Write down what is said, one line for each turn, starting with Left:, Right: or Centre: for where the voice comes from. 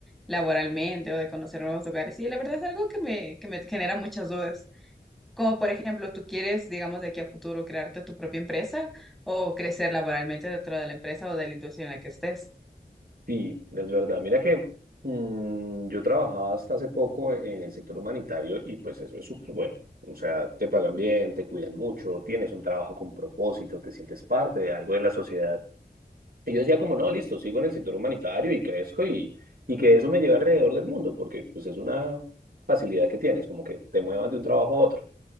Centre: laboralmente o de conocer nuevos lugares. Sí, la verdad es algo que me, que me genera muchas dudas. Como por ejemplo, tú quieres, digamos, de aquí a futuro crearte tu propia empresa o crecer laboralmente dentro de la empresa o de la industria en la que estés.
Right: Sí, es verdad. Mira que mm, yo trabajaba hasta hace poco en el sector humanitario y pues eso es súper bueno. O sea, te pagan bien, te cuidan mucho, tienes un trabajo con propósito, te sientes parte de algo de la sociedad. Y yo decía como, no, listo, sigo en el sector humanitario y crezco y, y que eso me lleve alrededor del mundo, porque pues es una facilidad que tienes, como que te muevas de un trabajo a otro